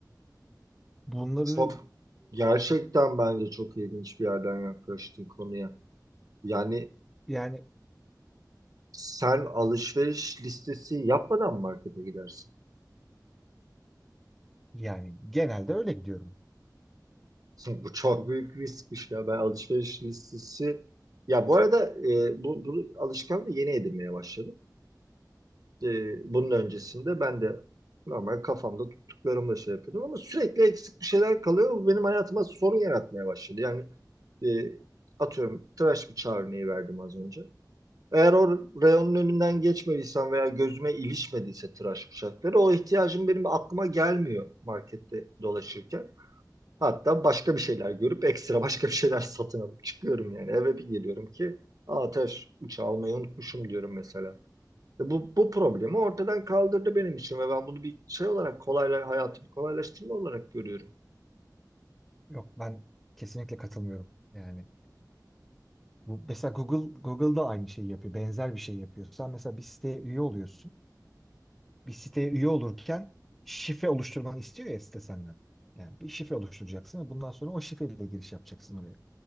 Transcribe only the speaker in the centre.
Bunları
yani
yani genelde öyle gidiyorum.
Yok ben kesinlikle katılmıyorum. Yani Bu, mesela Google Google'da aynı şeyi yapıyor. Benzer bir şey yapıyor. Sen mesela bir siteye üye oluyorsun. Bir siteye üye olurken şifre oluşturmanı istiyor ya site senden. Yani bir şifre oluşturacaksın ve bundan sonra o şifreyle giriş yapacaksın oraya.